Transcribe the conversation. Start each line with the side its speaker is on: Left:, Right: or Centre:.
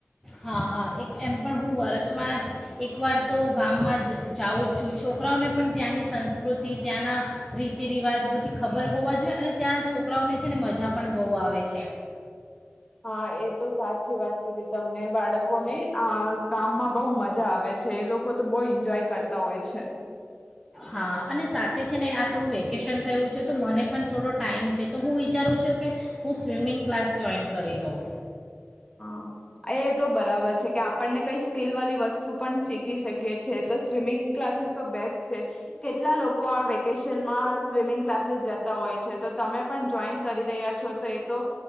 Centre: હા હા એક એમ પણ હું વરષમાં એકવાર તો ગામમાં જાઉં જ છું છોકરાઓને પણ ત્યાંની સંસ્કૃતિ ત્યાંના રીતિ રિવાજ બધી ખબર હોવા જોઈએ અને ત્યાં છોકરાઓને છે ને મજા પણ બોહ આવે છે
Left: હા એ તો સાચી વાત કરીધ તમને બાળકોને આ ગામમાં બહુ મજા આવે છે એ લોકો તો બહુ એન્જોય કરતા હોય છે
Centre: હા અને સાથે છે ને આ થોડું વેકેશન થયું છે તો મને પણ થોડો ટાઈમ છે તો હું વિચારું છું કે હું સ્વિમિંગ ક્લાસ જોઈન કરી લઉં
Left: હા એ તો બરાબર છે કે આપણને કઈ સ્કીલ વાળી વસ્તુ પણ શીખી શકીએ છે તો સ્વિમિંગ ક્લાસીસ તો બેસ્ટ છે કેટલા લોકો આ વેકેશન માં સ્વિમિંગ ક્લાસીસ જતા હોય છે તો તમે પણ જોઈન કરી રહ્યા છો તો તો